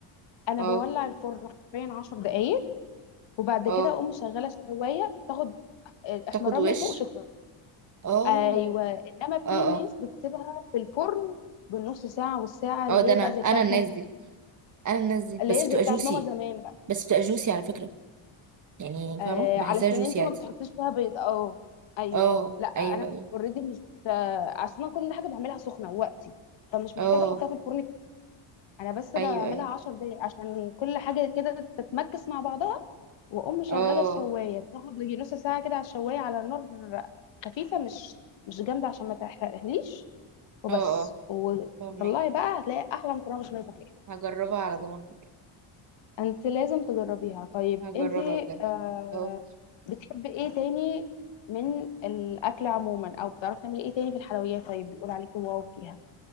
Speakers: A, on the left; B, on the right.
A: انا
B: اه
A: بولع الفرن حرفيا 10 دقائق وبعد
B: اه
A: كده اقوم مشغله الشوايه تاخد الاحمرار
B: تاخد وش
A: من فوق شكرا
B: اه
A: ايوه انما
B: اه
A: في ناس
B: اه
A: بتسيبها في الفرن بالنص ساعه والساعه
B: اه
A: اللي
B: ده انا
A: هي بقى
B: انا
A: زي بتاعت
B: الناس
A: ماما زمان
B: دي انا الناس دي
A: اللي
B: بس
A: هي
B: بتبقى
A: زي بتاعت
B: جوسي
A: ماما زمان بقى
B: بس بتبقى جوسي على فكرة يعني
A: آه
B: فاهمة بحسها
A: علشان
B: جوسي
A: انت ما
B: عادي
A: بتحطيش فيها بيض اه ايوه
B: اه
A: لا انا
B: ايوه ايوه
A: اوريدي مش آه، اصلا كل حاجه بعملها سخنه وقتي فمش محتاجه
B: اه
A: احطها في الفرن انا بس
B: ايوه
A: بعملها
B: ايوه
A: 10 دقايق عشان كل حاجه كده تتمكس مع بعضها واقوم مشغله
B: اه
A: الشوايه تاخد يجي نص ساعه كده على الشوايه على نار خفيفه مش مش جامده عشان ما تحرقهاليش وبس
B: اه اه
A: وطلعي
B: فاهمك
A: بقى هتلاقي احلى مكرونه بشاميل تاكليها
B: هجربها على ضمانتك
A: انت لازم تجربيها طيب
B: هجربها
A: انت
B: بجد
A: آه
B: اه
A: بتحبي ايه تاني من الاكل عموما او بتعرفي تعملي ايه تاني في الحلويات طيب بيقول عليكي واو فيها